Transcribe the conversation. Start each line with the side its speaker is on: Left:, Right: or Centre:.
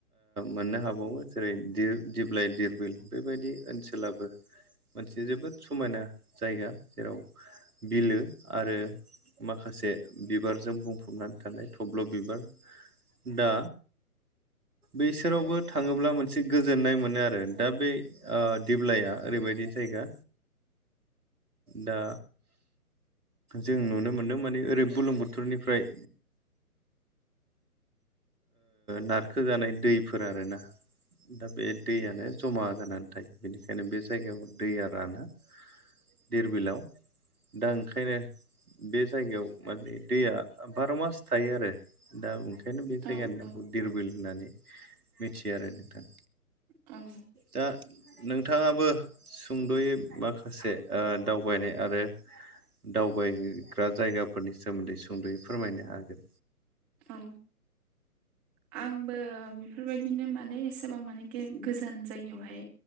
Right: मोननो हाबावो जेरै दिप्लाय धिरबिल बेबायदि ओनसोलाबो मोनसे जोबोद समायना जायगा जेराव बिलो आरो माखासे बिबारजों बुंफबनानै थानाय थब्ल बिबार दा बेसोरावबो थाङोब्ला मोनसे गोजोननाय मोनो आरो दा बे दिपरबिला ओरैबायदि जायगा दा जों नुनो मोन्दों माने ओरै बुरलुंबुथुरनिफ्राय नारखो जानाय दैफोर आरोना दा बे दैयानो जमा जानानै थायो बेनिखायनो बे जायगायाव दैया राना दिपरबिलाव दा ओंखायनो बे जायगायाव माने दैया बार' मास थायो आरो दा ओंखायनो
Centre: औ
Right: बे जायगानि नामखौ दिपरबिल होननानै मिथियो आरो नोंथां
Centre: औ
Right: दा नोंथाङाबो सुंद'यै माखासे दावबायनाय आरो दावबायग्रा जायगाफोरनि सोमोन्दै सुंद'यै फोरमायनो हागोन
Centre: औ आंबो बेफोरबायदिनो माने एसेबां माने गोजान जायगायावहाय